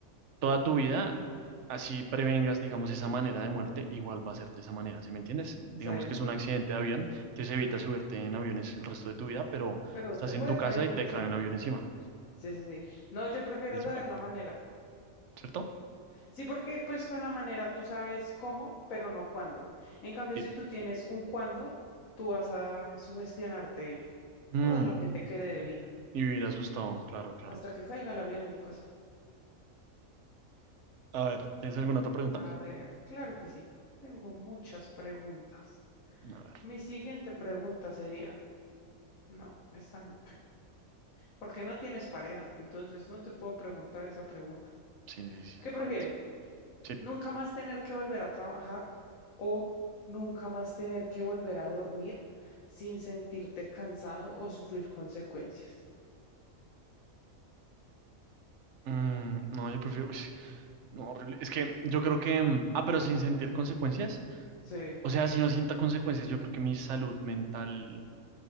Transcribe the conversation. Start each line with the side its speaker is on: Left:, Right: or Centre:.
Right: toda tu vida, así prevengas, digamos, esa manera de muerte, igual va a ser de esa manera, ¿sí me entiendes? Digamos
Left: Sí.
Right: que es un accidente de avión, entonces evitas subirte en aviones el resto de tu vida, pero
Left: Pero
Right: estás
Left: te puede
Right: en tu casa
Left: caer uno
Right: y te
Left: encima.
Right: cae un avión encima.
Left: Sí, sí, sí. No, yo prefiero
Right: Es
Left: saber
Right: cual.
Left: la manera.
Right: ¿Cierto?
Left: Sí, porque pues con la manera tú sabes cómo, pero no cuándo. En cambio,
Right: Sí.
Left: si tú tienes un cuándo, tú vas a sugestionarte
Right: Mm,
Left: todo lo que te quede de vida
Right: Y vivir asustado, claro, claro.
Left: hasta que caiga el avión en tu casa.
Right: A ver, ¿tienes alguna otra pregunta?
Left: A ver, claro que sí. Tengo muchas preguntas.
Right: A ver,
Left: Mi siguiente pregunta sería, no, esta no, porque no tienes pareja, entonces no te puedo preguntar esa pregunta.
Right: sí, sí, sí,
Left: ¿Qué prefieres?
Right: correcto. Sí.
Left: Nunca más tener que volver a trabajar o nunca más tener que volver a dormir sin sentirte cansado o sufrir consecuencias.
Right: Mm, no, yo prefiero... uy, no, horrible. Es que yo creo que... mm, Ah, pero sin sentir consecuencias.
Left: Sí,
Right: O sea, si no sienta consecuencias, yo creo que mi salud mental